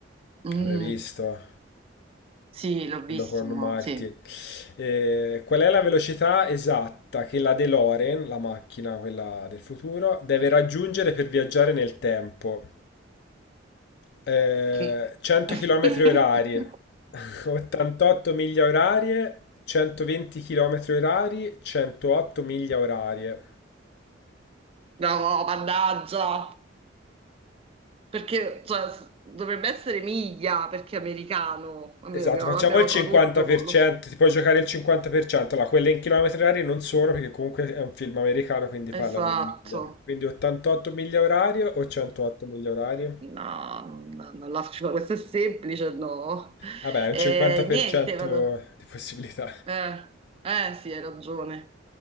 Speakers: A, on the right; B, on the left.
A: Mm,
B: avrai visto,
A: sì, l'ho visto,
B: quello con
A: ma
B: Martin.
A: sì.
B: E qual è la velocità esatta che la DeLorean, la macchina, quella del futuro, deve raggiungere per viaggiare nel tempo? Eh,
A: <laughs>
B: 100 km orari, <laughs> 88 miglia orarie, 120 km orari, 108 miglia orarie.
A: No, no, mannaggia. Perché cioè, s- dovrebbe essere miglia perché è americano, a meno
B: Esatto,
A: che non
B: facciamo
A: l'abbiano
B: il 50%,
A: tradotto, non lo so.
B: ti puoi giocare il 50%, allora quelle in chilometri orari non sono perché comunque è un film americano quindi parlano
A: Esatto.
B: in miglia. Quindi 88 miglia orarie o 108 miglia orarie?
A: No, no, non la faccio, questo è semplice, no.
B: Vabbè, è un
A: Eh,
B: 50%
A: niente, vado.
B: di possibilità.
A: Eh, eh, sì, hai ragione.